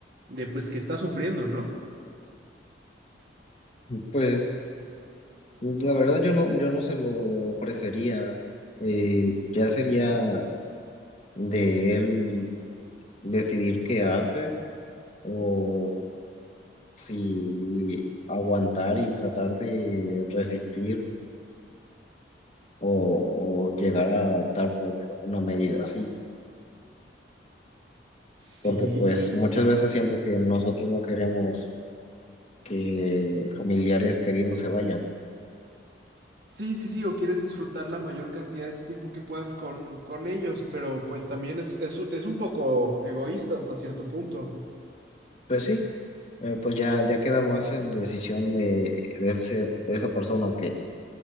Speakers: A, on the right; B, on the left.
A: de pues que está sufriendo, ¿no?
B: pues la verdad yo no, yo no se lo ofrecería, eh, ya sería de él decidir qué hace o si aguantar y tratar de resistir o, o llegar a optar por una medida así,
A: Sí,
B: porque pues muchas
A: y
B: veces siento que nosotros no queremos que familiares queridos se vayan.
A: sí, sí, sí, o quieres disfrutar la mayor cantidad de tiempo que puedas con, con ellos, pero pues también es, es, es un poco egoísta hasta cierto punto.
B: Pues sí. Eh, pues ya, ya queda más en decisión de, de ese, de esa persona que,